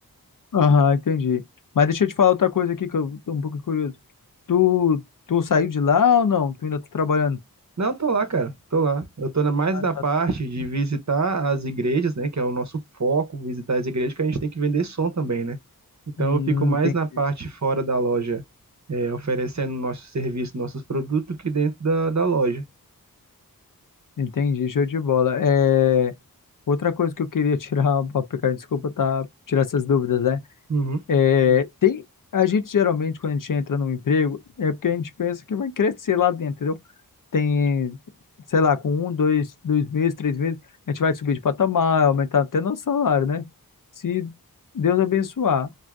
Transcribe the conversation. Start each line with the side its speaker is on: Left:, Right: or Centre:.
Left: Aham, entendi. Mas deixa eu te falar outra coisa aqui que eu tô um pouco curioso. Tu, tu saiu de lá ou não? Tu ainda tá trabalhando?
Right: Não, tô lá, cara, tô lá. Eu tô na- mais
Left: Ah,
Right: na parte
Left: tá.
Right: de visitar as igrejas, né, que é o nosso foco, visitar as igrejas, que a gente tem que vender som também, né? Então
Left: Hum,
Right: eu fico mais
Left: entendi,
Right: na parte fora da loja, é, oferecendo nosso serviço, nossos produtos, que dentro da, da loja.
Left: entendi, show de bola. É, outra coisa que eu queria <laughs> tirar, pra pegar, desculpa, tá, tirar essas dúvidas, né?
Right: Uhum.
Left: É, tem, a gente geralmente, quando a gente entra num emprego, é porque a gente pensa que vai crescer lá dentro, entendeu? Tem, sei lá, com um, dois, dois meses, três meses, a gente vai subir de patamar, aumentar até nosso salário, né? Se Deus abençoar.